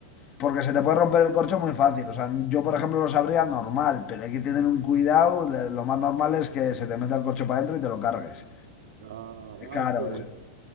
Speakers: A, on the left; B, on the right.
A: Porque se te puede romper el corcho muy fácil. O sea, yo, por ejemplo, lo sabría normal, pero hay que tener un cuidado. Le- Lo más normal es que se te meta el corcho para adentro y te lo cargues.
B: Ah, ah,
A: Claro,
B: es por
A: es-
B: eso,